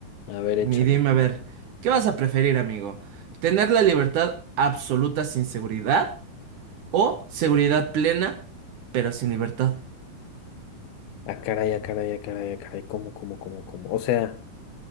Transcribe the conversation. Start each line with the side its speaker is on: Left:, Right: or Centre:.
Left: A ver,
Right: Ni
Left: échala.
Right: dime a ver, ¿qué vas a preferir, amigo? ¿Tener la libertad absoluta sin seguridad o seguridad plena pero sin libertad?
Left: Ah, caray, ah, caray, ah, caray, ah, caray, ¿cómo, cómo, cómo, cómo? O sea,